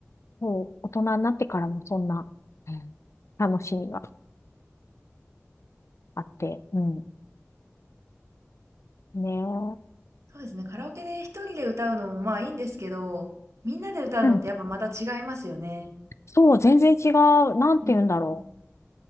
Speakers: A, on the left; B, on the right.
A: もう、大人になってからもそんなうん楽しみがあって、うん。ねえ。
B: そうですね。カラオケで一人で歌うのもまあいいんですけど、みんなで歌うのってやっぱまた違いますよね。
A: うんそう、全然違う。なんて言うんだろ
B: うんうん。